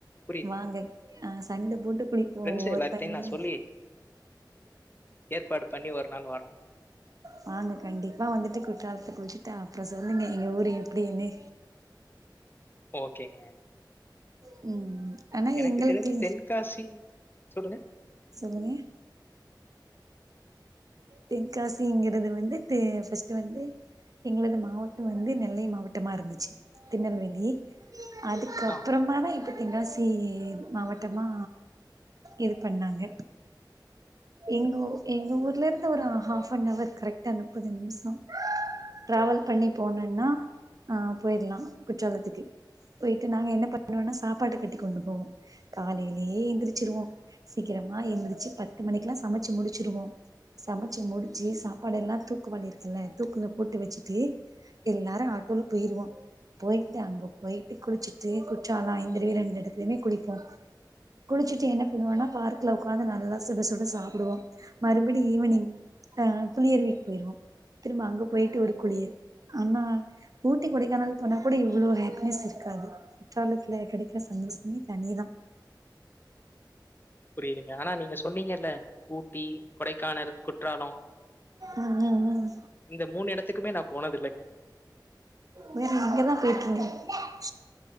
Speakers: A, on the left (about 25°); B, on the right (about 50°).
A: புரியுது.
B: வாங்க ஆ சண்ட போட்டு குளிப்போ
A: ஃப்ரெண்ட்ஸ்
B: ஒவ்வொரு
A: எல்லார்ட்டயும்
B: டைமு
A: நான் சொல்லி ஏற்பாடு பண்ணி ஒரு நாள் வரோம்.
B: வாங்க கண்டிப்பா வந்துட்டு குற்றாலத்துல குளுச்சுட்டு அப்புறோ சொல்லுங்க எங்க ஊரு எப்டின்னு
A: ஓகேங்க
B: ம் ஆனா
A: எனக்கு
B: எங்களுக்கு
A: தெருஞ்சு தென்காசி சொல்லுங்க
B: சொல்லுங்க தென்காசிங்குறது வந்து தே ஃபஸ்ட்டு வந்து எங்களது மாவட்டோ வந்து நெல்லை மாவட்டமா இருந்துச்சு திருநெல்வேலி அதுக்கப்றமாதா
A: ஆ
B: இப்ப தென்காசி மாவட்டமா இருக்கு பண்ணாங்க எங்க ஊர் எங்க ஊர்ல இருந்து ஒரு ஹாப்னவர் கரெக்டா முப்பது நிமிஷோ டிராவல் பண்ணி போனுனா அ போயிட்லா குற்றாலத்துக்கு போயிட்டு நாங்க என்ன பண்ணுவோனா சாப்பாடு கட்டி கொண்டு போவோ காலயிலயே எந்திரிச்சிருவோ சீக்கிரமா எந்திரிச்சி பத்து எட்டு மணிக்கெலா சமச்சு முடிச்சிருவோ சமச்சு முடிச்சு சாப்பாடு எல்லா தூக்கு பானயில இருக்குல்ல தூக்குல போட்டு வச்சுட்டு எல்லாரு ஆட்டோல போயிருவோ போயிட்டு அங்க போயிட்டு குளிச்சிட்டு குற்றால ஐந்தரவி ரெண்டு எடத்ல்லமே குளிப்போ குளிச்சுட்டு என்ன பண்ணுவோன்னா பார்க்ல ஒக்காந்து நல்லா சுட சுட சாப்டுவோ மறுபடி ஈவினிங் ஆ புலிஅருவிக்கு போயிருவோ திரும்ப அங்க போயிட்டு ஒரு குளியல் ஆனா ஊட்டி கொடைக்கானல் போனா கூட இவ்ளோ ஹேப்பினஸ் இருக்காது குற்றாலத்ல கெடக்ற சந்தோஷமே தனிதா
A: பெரியங்க ஆனா நீங்க சொன்னீங்கல்ல ஊட்டி கொடக்கானல் குற்றாலோ
B: உம் உம்
A: இந்த மூனு எடத்துக்குமே நா போனதில்ல
B: வேற எங்கதா <unintelligible>